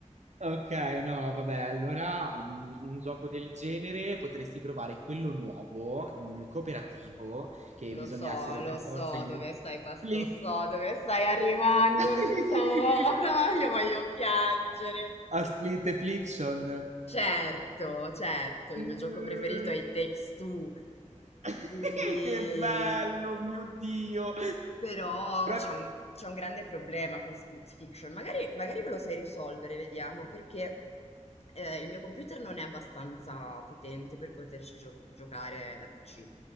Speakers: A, on the right; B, on the left.
A: Ok, no, vabbè, allora mh, un gioco del genere potresti provare quello nuovo, mh, cooperativo, che bisogna
B: Lo so,
A: essere
B: lo
A: per
B: so
A: forza in
B: dove
A: due.
B: stai pas-
A: Split!
B: lo so dove stai arrivando,
A: <laughs>
B: lo so, <laughs> io voglio piangere.
A: A Split Affliction.
B: Certo, certo, il
A: Eh,
B: mio gioco preferito è i Takes Two,
A: <laughs>
B: quindi
A: Che bello, mio Dio!
B: Però
A: Però-
B: c'è un, c'è un grande problema con Split Fiction. Magari, magari ve lo sai risolvere, vediamo, perché eh, il mio computer non è abbastanza potente per poterci gio- giocare da PC.